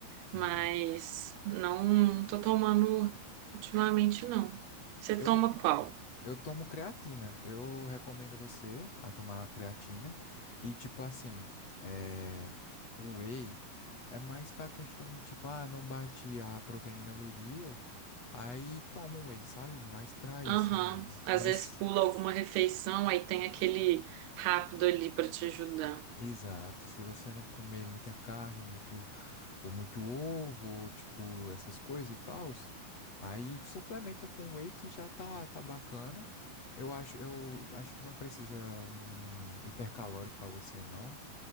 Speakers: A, on the right (about 80°); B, on the left (about 40°).
A: mas
B: Hum.
A: não tô tomando ultimamente, não. Você
B: Eu,
A: toma qual?
B: eu tomo creatina. Eu recomendo você a tomar creatina. E tipo assim, é, o whey é mais pra questão de tipo, ah, não bate a proteína do dia. Aí toma um whey, sabe? Mais pra isso
A: Aham,
B: mesmo.
A: Às
B: Mas.
A: vezes pula alguma refeição, aí tem aquele rápido ali pra te ajudar.
B: Exato, se você não comer muita carne, ou muito, ou muito ovo, ou tipo, essas coisas e tal, aí suplementa com whey que já tá, tá bacana. Eu acho, eu acho que não precisa um hipercalórico para você, não.